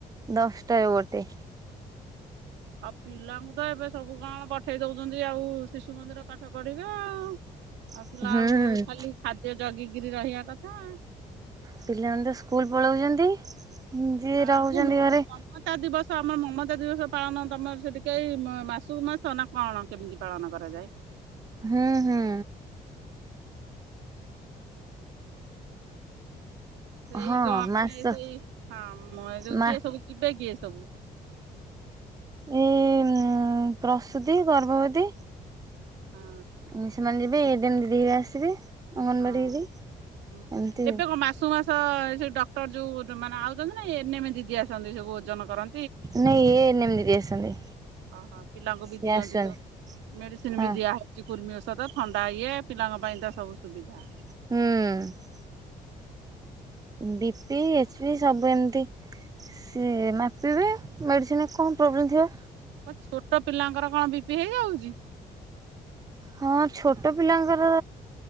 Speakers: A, on the right (about 20°); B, on the right (about 85°).
A: ଦଶଟାରୁ ଗୋଟେ।
B: ଆଉ ପିଲାଙ୍କୁ ତ ଏବେ ସବୁ କଣ ପଠେଇ ଦୋଉଚନ୍ତି ଆଉ ଶିଶୁ ମନ୍ଦିର ପାଠ ପଢିବେ ଆଉ।
A: <inaudible>
B: ଆଉ ପିଲାକୁ
A: ହୁଁ।
B: ଏଇ ଖାଲି ଖାଦ୍ୟ ଜଗିକିରି ରହିବା କଥା ଆ।
A: ପିଲାମାନେ ତ ସ୍କୁଲ ପଳୋଉଚନ୍ତି। ଯିଏ ରହୁଚନ୍ତି
B: ଆମ
A: ଘରେ
B: ମମତା ଦିବସ ଆମ ମମତା ଦିବସ ପାଳନ ତମର ସେଟି କେଇ ମା-ମାସୁକୁ ମାସ ନା କଣ କେମିତି ପାଳନ କରାଯାଏ?
A: ହୁଁ ହୁଁ।
B: ସେଇ
A: ହଁ
B: ଗମିନେ
A: ମାସ
B: ସେଇ ହଁ ମ ଯୋଉ
A: ମା
B: କିଏ ସବୁ ଯିବେ କିଏ ସବୁ?
A: ଏ ଉଁ ପ୍ରସୂତି, ଗର୍ଭବତୀ।
B: ହଁ।
A: ଉଁ ସେମାନେ ଯିବେ ଏଡେନ୍ ଦିଦି ବି ଆସିବେ। ଅଙ୍ଗନବାଡି
B: ହଁ ହୁଁ
A: ଦିଦି ଏମିତି
B: ଏବେ
A: ଆଉ
B: କଁ ମାସୁକୁ ମା ସ ସେ ଡକ୍ଟର ଯୋଉ ଦ ମାନେ ଆଉଚନ୍ତି ନା ଏ ନେ ମେ ଦିଦି ଆସନ୍ତି। ସବୁ ଓଜନ କର
A: ନାଇଁ ଏ ଏନ୍ ଏମ୍ ଦିଦି ଆସନ୍ତି।
B: ଓହୋ ପିଲାଙ୍କୁ
A: ସିଏ
B: ବି ଦିଅନ୍ତି
A: ଆସୁଛନ୍ତି
B: ତ ମେଡିସିନ୍
A: ହଁ
B: ବି ଦିଆ ହୋ ଉଚି କୁର୍ମି ଓଷଦ ଥଣ୍ଡା ଇଏ ପିଲାଙ୍କ ପାଇଁ ତ ସବୁ ସୁବିଧା।
A: ହୁଁ। ବି ପି ଏଚ୍ ପି ସବୁ ଏମିତି ସିଏ ମାପିବେ। ମେଡିସିନରେ କଣ ପ୍ରୋବ୍ଲେମ୍ ଥିବ।
B: କଁ ଛୋଟ ପିଲାଙ୍କର କଣ ବି ପି ହେଇଯାଉଚି।
A: ହଁ ଛୋଟ ପିଲାଙ୍କର